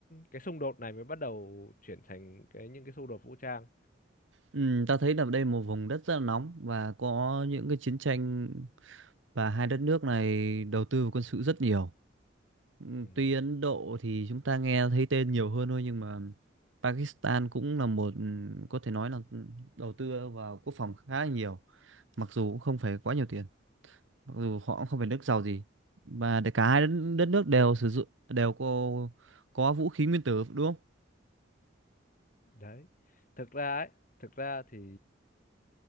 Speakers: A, on the left; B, on the right.
A: cái xung đột này mới bắt đầu chuyển thành cái những cái xung đột vũ trang
B: Ừ, ta thấy là đây là một vùng đất rất là nóng và có những cái chiến tranh và hai đất nước này đầu tư vào quân sự rất nhiều. Ừ,
A: Ừ,
B: Tuy Ấn Độ thì chúng ta nghe thấy tên nhiều hơn thôi nhưng mà Pakistan cũng là một ừ, có thể nói là ừ, đầu tư vào quốc phòng khá là nhiều, mặc dù cũng không phải quá nhiều tiền, mặc dù họ cũng không phải nước giàu gì và để cả hai đất, đất nước đều sử dụng đều có có vũ khí nguyên tử đúng không?
A: đấy thực ra ấy thực ra thì